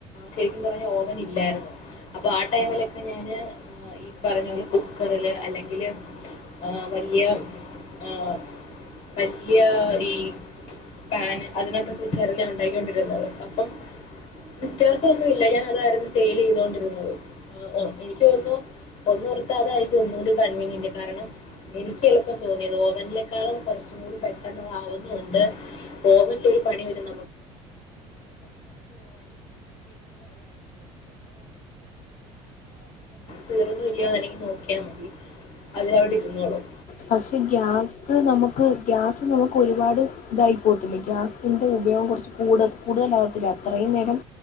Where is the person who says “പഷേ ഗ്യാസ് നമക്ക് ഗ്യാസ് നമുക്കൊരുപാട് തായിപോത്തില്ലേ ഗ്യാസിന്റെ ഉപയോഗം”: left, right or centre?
Left